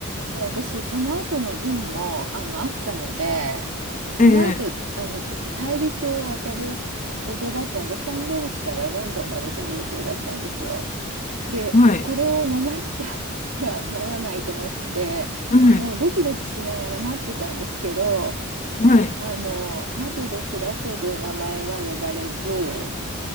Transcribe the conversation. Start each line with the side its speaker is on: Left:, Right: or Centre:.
Right: で私、その後の便も、あの、あったので、その後、
Left: ええ。
Right: あの、ちょっと大陸を渡る予定だったのロサンゼルスからロンドンまで飛ぶ予定だったんですよ。で、
Left: はい。
Right: これを逃したてはならないと思って、
Left: うん。
Right: もうドキドキしながら待ってたんですけど、
Left: はい。
Right: あの、待てど暮らせど名前は呼ばれず、